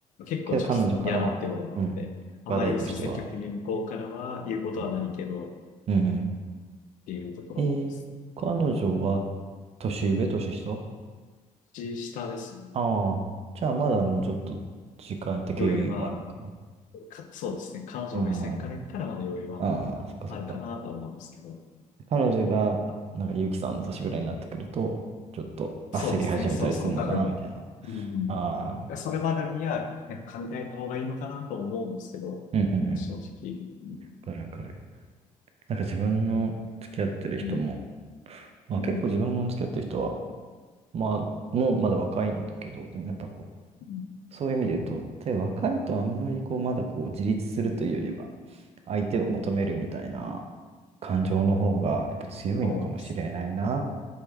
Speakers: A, on the left; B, on the right.
A: 結構直接嫌だっていうこともあって、
B: けど彼女からは、うん。
A: あんまりそう積極的に向こうからは言うことはないけどっ
B: 話題としては。うん。うんう
A: ていうところですね。
B: ん。えー、彼女は年上、
A: お
B: 年下
A: 年下ですね。
B: ああ。じゃあまだもうちょっと時間的余裕はあるのかな。
A: 余裕は、か、そうですね。彼女の目線から言ったらまだ余裕は
B: ああ、ああ、そっかそっか。
A: あるかなとは思うんですけど。
B: 彼女が、
A: まあ、
B: なんか、ゆうきさんの年ぐらいになってくると、ちょっと焦り始めたりするのかな、
A: そうですね。そうそう、多分。
B: みたいな。
A: うん。
B: ああ、
A: それまでには、ね、考えた方がいいのかなと思うんですけど、
B: うんうんうん。
A: まあ、
B: わ
A: 正直、うん、
B: かるわかる。なんか自分の付き合ってる人も、
A: うん、
B: まあ結構自分の付き合ってる人は、
A: うん、
B: まあ、もうまだ若いんだけど、でもやっぱこう、
A: うん
B: そういう意味で言うと、で、若いとあんまりこう、まだこう、自立するというよりは、相手を求めるみたいな感情の方が、やっぱ強いのかもしれないなっ
A: そうです。